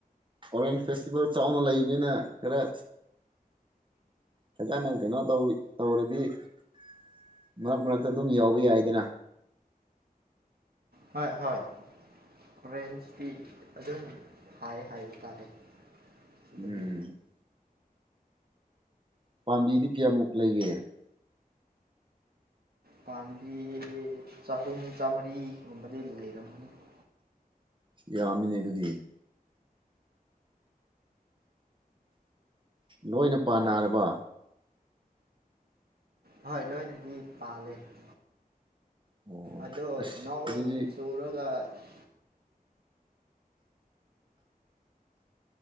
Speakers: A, on the right; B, on the right.
A: ꯑꯣꯔꯦꯟꯖ ꯐꯦꯁꯇꯤꯚꯦꯜ ꯆꯥꯎꯅ ꯂꯩꯕꯅꯤꯅ ꯈꯔ ꯐꯖꯅ ꯀꯩꯅꯣ ꯇꯧ ꯇꯧꯔꯗꯤ <inaudible> ꯃꯔꯛ ꯃꯔꯛꯇ ꯑꯗꯨꯝ ꯌꯥꯎꯕ ꯌꯥꯏꯗꯅ
B: ꯍꯣꯏ ꯍꯣꯏ <inaudible> ꯍꯣꯔꯦꯟꯁꯇꯤ <unintelligible> ꯑꯗꯨꯝ ꯍꯥꯏ ꯍꯥꯏꯕ ꯇꯥꯔꯦ ꯁꯤꯗꯗꯤ
A: <unintelligible> ꯎꯝ <unintelligible> ꯄꯥꯝꯕꯤꯗꯤ ꯀꯌꯥꯃꯨꯛ ꯂꯩꯒꯦ <unintelligible>
B: ꯄꯥꯝꯕꯤ ꯆꯍꯨꯝ ꯆꯥꯝꯃꯔꯤꯒꯨꯝꯕꯗꯤ ꯂꯩꯔꯝꯒꯅꯤ <unintelligible>
A: ꯌꯥꯝꯃꯤꯅꯦ <unintelligible> ꯑꯗꯨꯗꯤ ꯂꯣꯏꯅ ꯄꯥꯟꯅꯥꯔꯕꯥ
B: ꯍꯣꯏ ꯂꯣꯏꯅꯗꯤ ꯄꯥꯜꯂꯦ <unintelligible>
A: ꯑꯣ
B: ꯑꯗꯣ
A: ꯑꯁ
B: ꯅꯣꯡ
A: ꯑꯗꯨꯗꯤ
B: ꯆꯨꯔꯒ <unintelligible>